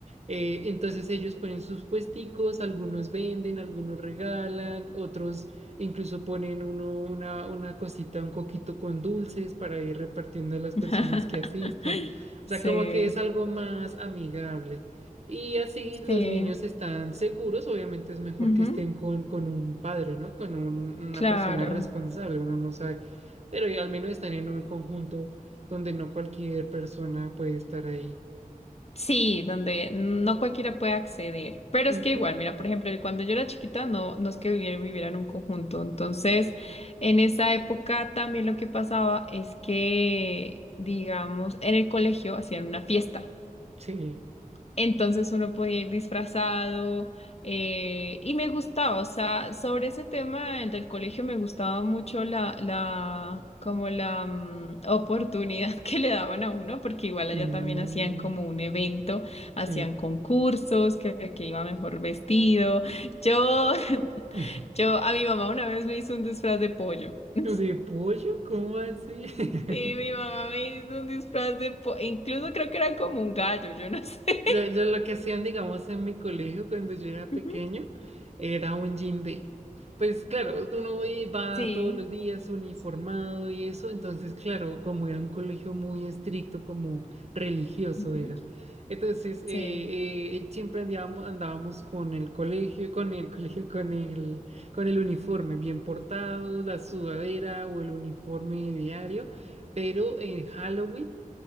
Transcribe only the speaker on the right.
Eh, entonces ellos ponen sus puesticos, algunos venden, algunos regalan, otros Incluso ponen uno, una, una cosita, un coquito con dulces para ir repartiendo a las
personas que asistan.
O sea, como que es algo más amigable. Y así los
niños están seguros. Obviamente es mejor
que estén con, con un padre, ¿no? Con un- una
persona responsable, uno no sabe. Pero ya al menos están en un conjunto donde no cualquier persona puede estar ahí.
Ujú,
Sí.
Mm,
sí.
<laughs>
¿De pollo? ¿Cómo así? <laughs>
Yo, yo lo que hacían, digamos, en mi colegio cuando yo era
pequeño, era un gym day. Pues claro, uno iba
todos los días uniformado y eso, entonces claro, como era un colegio muy estricto, como religioso
era. Entonces,
eh, eh, siempre andábamos, andábamos con el colegio, con el colegio, con el, con el uniforme bien portado, la sudadera o el uniforme diario, pero en Halloween.